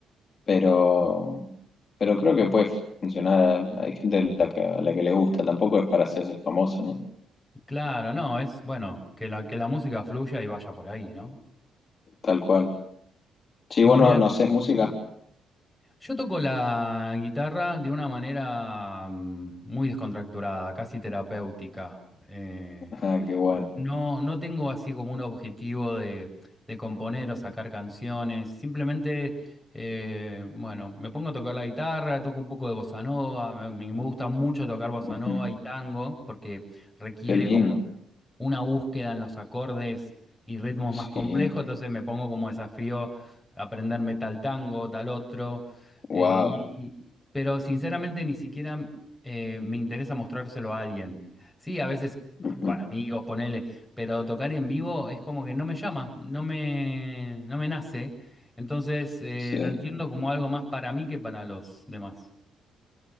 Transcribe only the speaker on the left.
pero, pero creo que puede funcionar. Hay gente a la que, a la que le gusta, tampoco es para hacerse famoso, ¿no?
Tal cual. Sí,
bueno,
no sé, música.
Ah, qué bueno.
Ujú.
Qué lindo.
Sí,
wow.
Ujú.
Sí.